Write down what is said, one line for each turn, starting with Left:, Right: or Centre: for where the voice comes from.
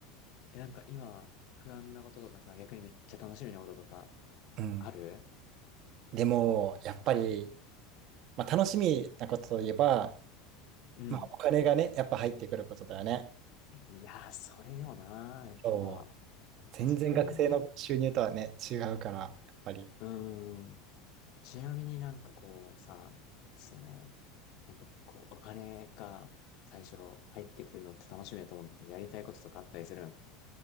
Left: え、なんか今、不安なこととかさ、逆にめっちゃ楽しみなこととか、
Right: うん。
Left: ある
Right: でも、やっぱり、まあ、楽しみなことといえば、
Left: うん。
Right: まあ、お金がね、やっぱ入ってくることだよね。
Left: いやー、それよなー、やっぱ。
Right: そう。全然学生の収入とはね、
Left: 自分で、
Right: 違うから、やっぱり、
Left: うーん。ちなみになんかこうさ、その、やっぱこう、お金が最初入ってくるのって楽しみだと思うんだけど、やりたいこととかあったりするん